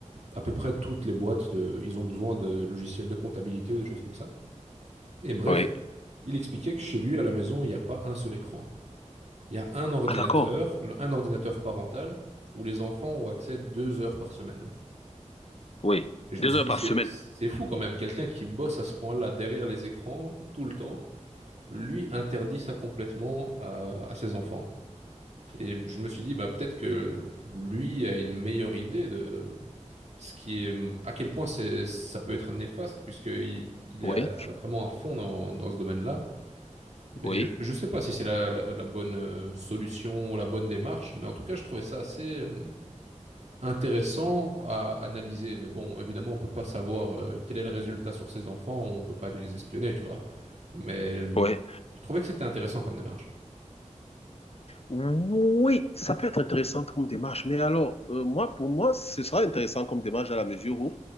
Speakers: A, on the right (about 65°); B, on the left (about 55°).
A: à peu près toutes les boîtes. de- ils ont besoin de logiciels de comptabilité ou des choses comme ça. Et bref,
B: Oui.
A: il expliquait que chez lui, à la maison, il n'y a pas un seul écran. Il y a un ordinateur,
B: Ah, d'accord.
A: le- un ordinateur parental, où les enfants ont accès deux heures par semaine.
B: Oui.
A: Et je
B: Deux
A: me suis
B: heures
A: dit,
B: par
A: c'est
B: semaine.
A: c'est fou quand même, quelqu'un qui bosse à ce point-là derrière les écrans tout le temps, lui interdit ça complètement à, à ses enfants. Et je me suis dit, bah, peut-être que lui a une meilleure idée de ce qui est, à quel point c'est, ça peut être néfaste, puisqu'il il
B: Oui.
A: est à- vraiment à fond dans, dans ce domaine-là. Mais
B: Oui.
A: je, je sais pas si c'est la, la- la bonne euh, solution ou la bonne démarche, mais en tout cas, je trouvais ça assez, euh, intéressant à analyser. Mais bon, évidemment, on peut pas savoir euh, quel est le résultat sur ces enfants, on peut pas aller les espionner, tu vois. Mais euh,
B: Oui.
A: je trouvais que c'était intéressant comme démarche.
B: Oui, ça peut être intéressant comme démarche, mais alors, euh, moi, pour moi, ce sera intéressant comme démarche à la mesure où,